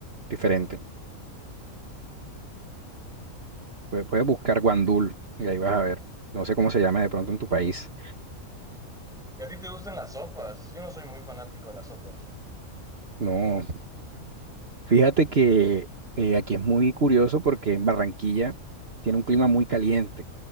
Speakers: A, on the right; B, in the centre.
A: diferente. Puedes, puedes buscar guandul y ahí vas a ver. No sé cómo se llama de pronto en tu país.
B: ¿Y a ti te gustan las sopas? Yo no soy muy fanático de las sopas.
A: No, fíjate que eh, aquí es muy curioso porque en Barranquilla tiene un clima muy caliente.